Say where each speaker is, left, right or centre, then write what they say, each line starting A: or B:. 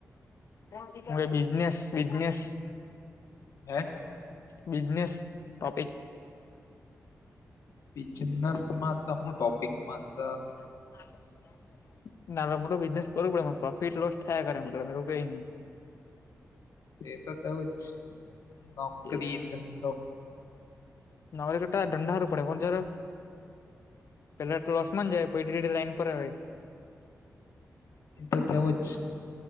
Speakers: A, on the left; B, on the left.
A: ભઈ બિઝનેસ બિજનેસ
B: હે
A: બિઝનેસ ટોપિક
B: બિઝનેસમાં તો હું ટોપિકમાં ત.
A: હા <inaudible> ના આપડે મોટો બિઝનેસ કરવું પડે એમાં પ્રોફિટ લોસ થાય કરે એવું કઈની
B: તે તો તેવુંજ નોકરી
A: કઈ ની
B: ધંધો.
A: નોકરી કરતા ધંદા હારૂ પડે કોનજર પેલા તો લોસમાં જાય પઈ ધીરે-ધીરે લાઈન પર આવે.
B: એ તો તેવું જ.